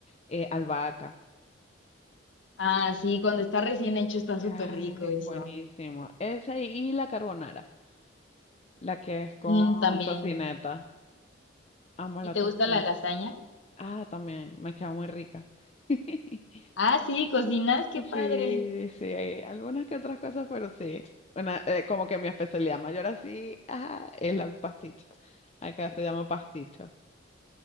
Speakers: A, on the left; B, on the left.
A: eh, albahaca.
B: Ah, sí, cuando está recién hecho está súper
A: Ay,
B: rico eso.
A: buenísimo. Esa y, y la carbonara, la que es con
B: Mm, también.
A: tocineta. Amo
B: ¿Y
A: la
B: te
A: tocineta.
B: gusta la lasaña?
A: Ah, también, me queda muy rica. <laughs>
B: Ah, sí, cocinas, qué padre.
A: Sí, sí, hay algunas que otras cosas, pero sí. Una, eh, como que mi especialidad mayor así, ah, es la pasticho. Acá se llama pasticho.